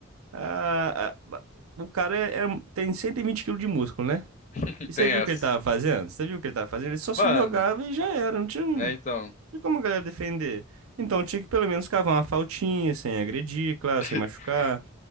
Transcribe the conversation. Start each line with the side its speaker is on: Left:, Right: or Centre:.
Right: Ah, ah, o cara é, é- um, tem 120 quilos de músculo, né?
Left: <laughs>
Right: E você
Left: Tem
Right: viu o
Left: essa.
Right: que ele tava fazendo? Você viu o que ele tava fazendo? Ele só se
Left: Mano,
Right: jogava e já era. Não tinha, não
Left: é então.
Right: tinha como a galera defender. Então tinha que pelo menos cavar uma faltinha, sem agredir, claro,
Left: <laughs>
Right: sem machucar.